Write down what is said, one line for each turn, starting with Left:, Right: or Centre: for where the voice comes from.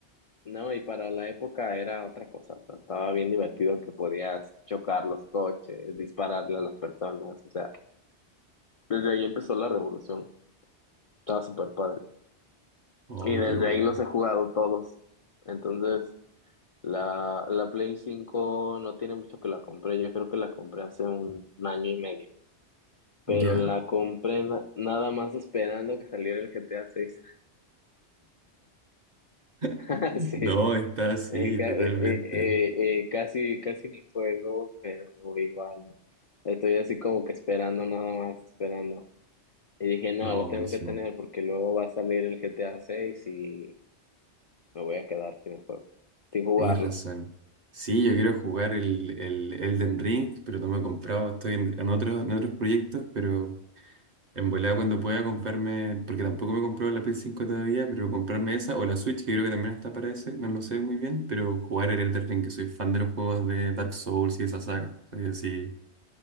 Left: no, y para la época era otra cosa. O sea, estaba bien divertido que podías chocar los coches, dispararle a las personas. O sea, desde ahí empezó la revolución. Estaba súper padre.
Right: Oh,
Left: Y desde
Right: qué buena.
Left: ahí los he jugado todos. Entonces. La, la Play 5 no tiene mucho que la compré, yo creo que la compré hace un, año y medio, pero
Right: ¿Ya?
Left: la compré na- nada más esperando que saliera el GTA seis <laughs>
Right: <laughs>
Left: Sí,
Right: No, está así,
Left: eh, ca-
Right: totalmente.
Left: eh, eh, eh, casi, casi ni juego, pero igual estoy así como que esperando, nada más esperando. Y dije, no,
Right: No,
Left: la tengo
Right: buenísimo.
Left: que tener porque luego va a salir el GTA seis y me voy a quedar sin el juego, sin jugarlo.
Right: Tienes razón. Sí, yo quiero jugar el, el Elden Ring, pero no me he comprado. Estoy en, en otros, en otros proyectos, pero en volada cuando pueda comprarme, porque tampoco me compró la ps cinco todavía, pero comprarme esa o la Switch, que creo que también está para ese, no lo sé muy bien, pero jugar el Elden Ring, que soy fan de los juegos de Dark Souls y esa saga. Soy así